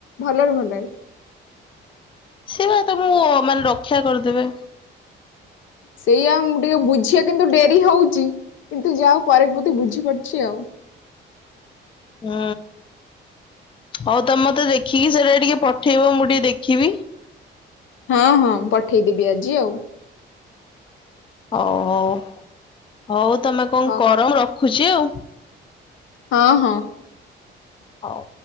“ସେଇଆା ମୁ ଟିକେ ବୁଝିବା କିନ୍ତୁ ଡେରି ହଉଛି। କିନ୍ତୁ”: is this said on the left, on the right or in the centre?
Left